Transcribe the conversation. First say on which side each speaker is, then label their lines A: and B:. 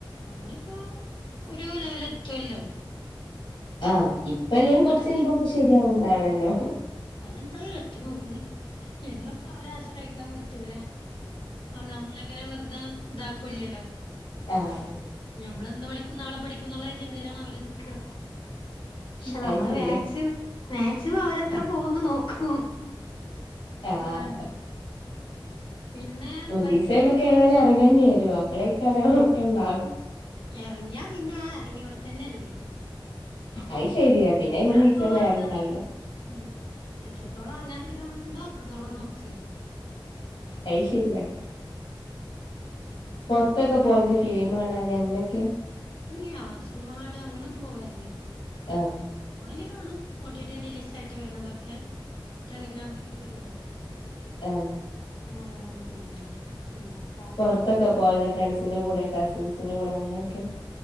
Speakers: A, on the left; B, on the left.
A: അങ്ങനൊക്കെ ഒരു ലെവെലെത്തു അല്ലോ
B: ആഹ് ഇപ്പല്ലേം
A: അങ്ങട്ട്
B: കൊർച്ച് കയ്മ്പാെക്കെ ശെര്യാവും ന്നാണല്ലോ
A: അതെന്താ എത്ര <unintelligible> എന്നുപ്പം അവരാശ്രയിക്കാം പറ്റൂല ആഹ് നമ്മള്ങ്ങനെ വെർതെ താക്കൂല്യല്ലോ
B: ആഹ്
A: ഞമ്മള്ന്ന് പഠിക്കും നാളെ പഠിക്കുംന്നുള്ളൊരു ചിന്തേലാണ് അവര് നിക്കാ ക്ഷെ
B: അത്
A: നമ്മള്
B: ശരി
A: മാക്സിം മാക്സിമം അവരെ എത്ര പോവൂന്ന് നോക്കും
B: ആഹ്
A: അതാണ് പിന്നെ
B: ഒരീസയ്മെക്കേതേയാലും
A: പറ്റൂലട്ടോ അധികം
B: എറങ്ങെണ്ട്യേരും അപ്പളേക്കാരം ഒക്കെണ്ടാവ
A: എറങ്ങ്യാ പിന്നെ ആ എറങ്ങ്യാേട്ത്തന്നെല്ലേ
B: അയ് ശെര്യാ പിന്നെയ്മന്ന്
A: ഇത്രത്തോളം
B: നീച്ചാ നേരണ്ടാവ്‌ലാ
A: ഇറങ്ങാതിരിക്കാൻ ഉം എത്രത്തോളം അറങ്ങാതിരിക്കാൻ പറ്റ്ണ്ടോ അത്രത്തോളം നോക്കാ
B: അയ് ശെരിയാ
A: അപ്പ
B: പൊരത്തൊക്കെ
A: ഇമ്മമാരെ
B: പോവൽണ്ടൊ ഫിലീമാണാന് അങ്ങനെക്കെ
A: ഇല്ല്യാ സിനിമ കാണല് അങ്ങനെ ഒന്നും പോവാർല്ലാ
B: ആഹ്
A: ഫോണില് കാണും ഓട്ടീട്ടി റിലീസായ്ട്ട് വര്ണതൊക്കെ ടെലിഗ്രാമില്ങ്ങനെ വെരു അല്ലോ
B: ഏഹ്
A: ഇഞ്ഞങ്ങനെ വരും <unintelligible> ന്താ
B: പൊർത്തൊക്കെ പോവൽണ്ടോ ഫ്രൺസ്ന്റെ കൂടെ കസിൻസിന്റെ കൂടെ അങ്ങനെയൊക്കെ